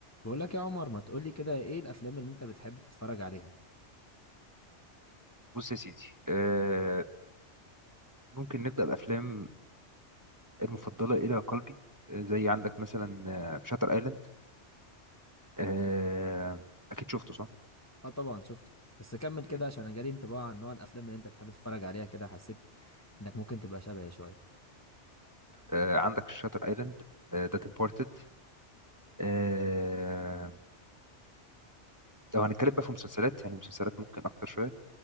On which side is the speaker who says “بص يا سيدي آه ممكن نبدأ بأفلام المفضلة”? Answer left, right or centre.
Right